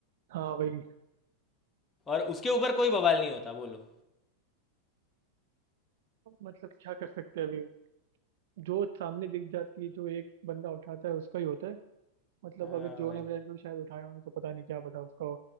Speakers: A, on the right (about 55°); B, on the left (about 15°).
A: हाँ वही
B: और उसके ऊपर कोई बवाल नहीं होता बोलो
A: मतलब क्या कर सकते हैं अभी जो सामने दिख जाती है जो एक बंदा उठाता है उसका ही होता है मतलब
B: हाँ
A: अगर जोन
B: भाई
A: अब्राहम को भी शायद उठाए हों तो पता नहीं क्या पता उसका